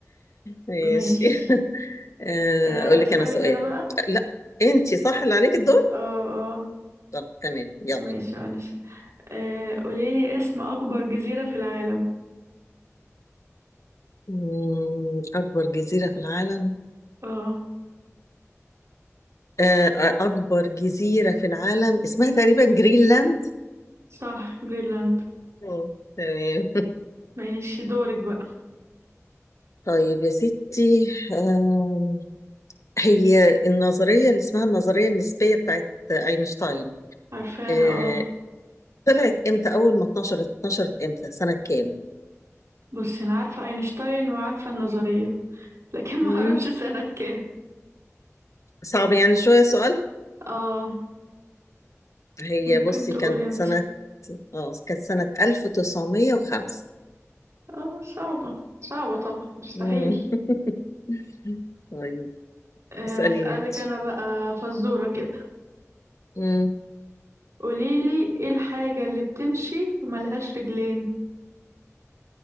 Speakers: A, on the left (about 70°); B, on the right (about 65°).
A: ماشي
B: ماشي
A: <laughs> آه،
B: آه،
A: اقول
B: أسألك
A: لك انا سؤال
B: أنا بقى
A: لا انت صح اللي عليك الدور
B: اه اه
A: طب تمام يلا
B: ماشي معلش آه، قوليلي اسم أكبر جزيرة في العالم
A: مم، اكبر جزيرة في العالم
B: اه
A: آه، اكبر جزيرة في العالم اسمها تقريبا جرينلاند
B: صح جرينلاند
A: مم، تمام <laughs>
B: ماشي دورك بقى
A: طيب يا ستي آه، هي النظرية اللي اسمها النظرية النسبية بتاعت اينشتاين
B: عارفاها
A: آه،
B: اه
A: طلعت امتى اول ما اتنشرت اتنشرت امتى سنة كام
B: بصي أنا عارفة أينشتاين وعارفة النظرية لكن <laughs>
A: مم.
B: ما أعرفش سنة كام
A: صعب يعني شوية سؤال
B: اه
A: هي
B: ممكن
A: بصي
B: تقولي
A: كانت
B: انت
A: سنة اه كانت سنة 1905
B: اه صعبة صعبة طبعا مستحيل
A: مم. <laughs> طيب
B: آه،
A: اسأليني
B: أسألك
A: انت
B: أنا بقى فزورة كده
A: مم.
B: قوليلي ايه الحاجة اللي بتمشي وملهاش رجلين